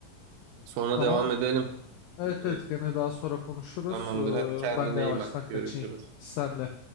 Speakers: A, on the right; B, on the left.
A: Sonra
B: Tamam.
A: devam edelim.
B: Evet
A: Ee,
B: evet gene daha sonra konuşuruz.
A: Tamamdır.
B: Ee,
A: Hadi kendine
B: ben de yavaştan
A: iyi bak.
B: kaçayım.
A: Görüşürüz.
B: Sen de.